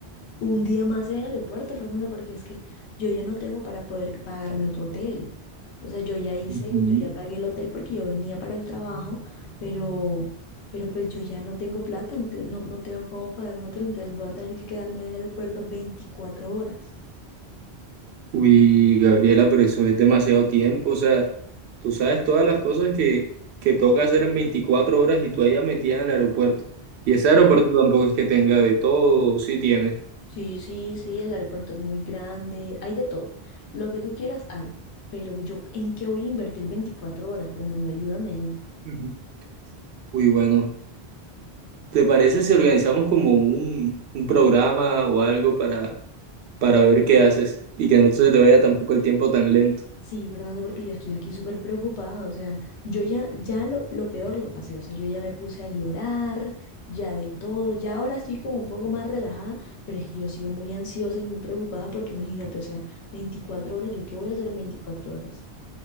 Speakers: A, on the left; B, on the right.
A: un día más en el aeropuerto, Fernando, porque es que yo ya no tengo para poder pagarme otro hotel. O sea, yo ya hice,
B: Ujú.
A: yo ya pagué el hotel porque yo venía para el trabajo, pero, pero pues yo ya no tengo plata, no, te- no, no tengo cómo pagar un hotel, entonces voy a tener que quedarme en el aeropuerto veinticuatro horas.
B: Uy, Gabriela, pero eso es demasiado tiempo. O sea, tú sabes todas las cosas que, que toca hacer en 24 horas y tú allá metida en el aeropuerto. Y ese aeropuerto tampoco es que tenga de todo, sí tiene.
A: Sí, sí, sí, el aeropuerto es muy grande, hay de todo. Lo que tú quieras hay, pero yo, ¿en qué voy a invertir 24 horas, Fernando? Ayúdame ahí.
B: Ujú. Uy, bueno, ¿te parece si organizamos como un, un programa o algo para, para ver qué haces y que no se te vaya tampoco el tiempo tan lento?
A: Sí, Fernando, porque yo estoy aquí súper preocupada, o sea, yo ya, ya lo, lo peor lo pasé, o sea, yo ya me puse a llorar, ya de todo, ya ahora estoy como un poco más relajada, pero es que yo sigo muy ansiosa y muy preocupada porque imagínate, o sea, veinticuatro horas, ¿yo qué voy a hacer en 24 horas?